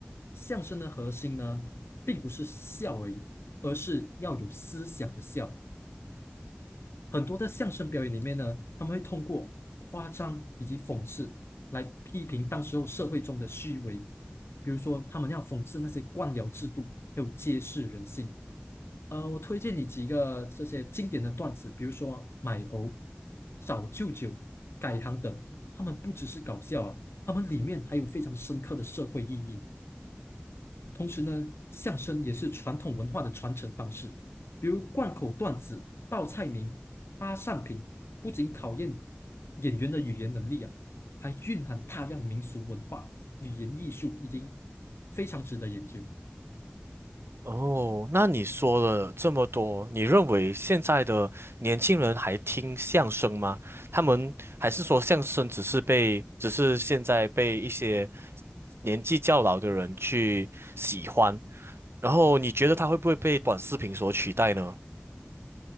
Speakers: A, on the left; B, on the right.
A: 相声的核心呢，并不是笑而已，而是要有思想的笑。很多的相声表演里面呢，他们会通过夸张以及讽刺来批评当时候社会中的虚伪，比如说他们要讽刺那些官僚制度，还有揭示人性。呃，我推荐你几个这些经典的段子，比如说买猴、找舅舅、改行等，他们不只是搞笑啊，他们里面还有非常深刻的社会意义。同时呢，相声也是传统文化的传承方式，比如贯口段子、报菜名、扒扇屏，不仅考验演员的语言能力啊，还蕴含大量民俗文化、语言艺术，已经非常值得研究。
B: 哦，那你说了这么多，你认为现在的年轻人还听相声吗？他们还是说相声只是被，只是现在被一些年纪较老的人去喜欢，然后你觉得它会不会被短视频所取代呢？